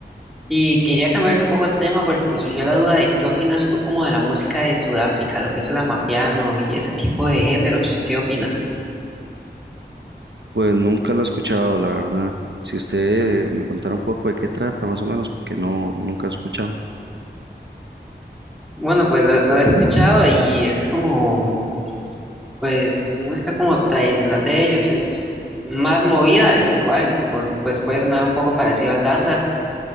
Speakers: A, in the centre; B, on the right.
A: Y quería cambiarte un poco el tema porque me surgió la duda de qué opinas tú como de la música de Sudáfrica, lo que es el amapiano y ese tipo de géneros, ¿qué opinas?
B: Pues nunca lo he escuchado, la verdad. Si usted eh, me contara un poco de qué trata, más o menos, porque no, nunca lo he escuchado.
A: Bueno, pues lo, lo he escuchado y es como, pues música como tradicional de ellos, es más movida, es igual, pues, pues puede sonar un poco parecido al danza